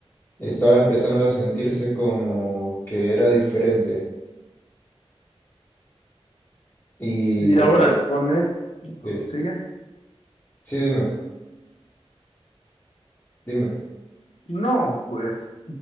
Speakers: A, on the left; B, on the left.
A: estaba empezando a sentirse como que era diferente. Y
B: Y
A: después,
B: ahora con esto,
A: sí,
B: ¿sigue?
A: sí, dime, dime.
B: No, pues,